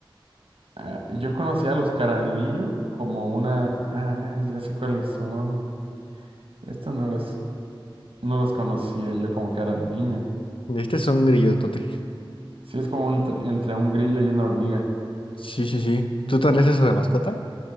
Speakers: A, on the right; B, on the left.
A: Ah, yo conocía a los cara de niño como una, ah, ya sé cuáles son, estos no los, no los conocía yo como cara de niño.
B: Este es un grillotote.
A: Sí, es como un tr- entre un grillo y una hormiga.
B: Sí, sí, sí. ¿Tú tendrías eso de mascota?